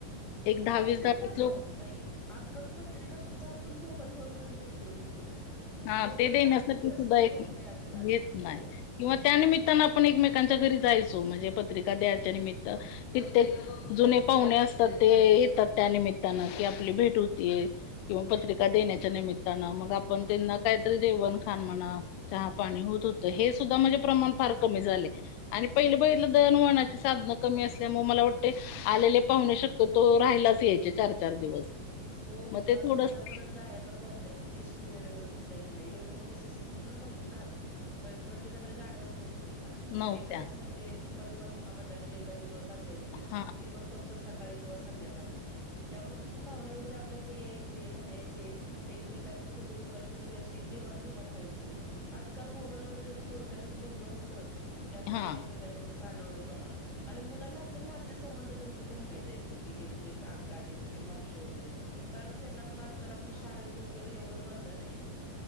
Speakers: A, on the left (about 90°); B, in the centre.
A: एक दहा
B: पत्रिकाच
A: वीस दहा वीस लोक
B: अहो ताई आजकाल पत्रिका सुद्धा आपण मोबाईल वरूनच देतो एकमेकांना.
A: हां,
B: ते पण
A: देण्यासाठी
B: जाण्याची तस्ती
A: सुद्धा एक
B: घेत नाय आजकाल
A: येत
B: हो.
A: नाही किंवा त्यानिमित्तानं आपण एकमेकांच्या घरी जायचो म्हणजे पत्रिका द्यायच्या निमित्त कित्येक जुने पाहुणे असतात ते येतात त्या निमित्तानं कि आपली भेट होतीये. किंवा पत्रिका देण्याच्या निमित्तानं मग आपण त्यांना कायतर जेवण खान म्हणा चहा पाणी होत होतं हे सुद्धा म्हणजे प्रमाण फार कमी झालय. आणि पहिलं पहिल दळण वळनाची साधनं कमी असल्यामुळ मला वाटतय आलेले पाहुणे शक्यतो राहिलाच यायचे चार चार दिवस.
B: हो
A: मग
B: हो
A: ते
B: कारण
A: थोडंसं
B: त्यांना परत जायाचा प्रॉब्लेम एस टी वेळेवर भेटायची नाय एवढे म्हणजे अशी साधन नव्हती ना आज प्रत्येकाकडे गाड्या वगैरे नव्हत्या
A: नव्हत्या.
B: एखादीच म्हणजे परिवहन महामंडळाची एखादी बस असायची.
A: हां,
B: ती पण फ क्त सकाळी किंवा संध्याकाळी त्यामुळ कशे पाहुणे वगैरे आपल्याकडे यायचे राह्याचे. एकमेकांच्या सुखदुःखाची म्हणजे अशी देवाणघेवाण व्हायची. आजकाल मोबाईलमध्ये का थोडक्यातच बोलणं होतं, त्यामुळ
A: हां.
B: काय एकमेकांच्याकडे जाणं वगैरे प्रमाण आणि मुलांना आपल्या नातेसंबंध तर कुठे म्हायत हायत वो की हे तुझे काका हे तुझे मावशी वगैरे. कारण त्यांना पण आजकाल आपण शाळेच वगैरे एवढं बंदन आय